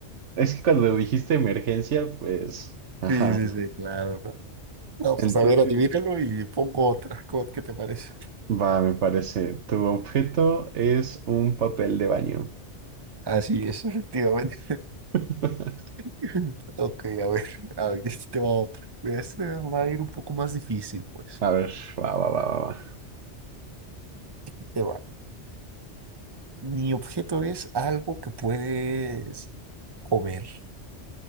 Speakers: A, on the right (about 80°); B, on the right (about 25°).
A: es que cuando dijiste emergencia, pues, ajá,
B: Sí, sí,
A: ¿no?
B: sí, claro. No, pues
A: Entonces,
B: a ver, adivínalo y pongo otra. ¿Cómo- ¿Qué te parece?
A: va, me parece. Tu objeto es un papel de baño.
B: Así es, efectivamente.
A: <laughs>
B: <laughs> Ok, a ver, a ver, este te va otra. Mira, Este va a ir un poco más difícil, pues.
A: A ver, va, va, va, va, va.
B: Ahí Te va. Mi objeto es algo que puedes comer.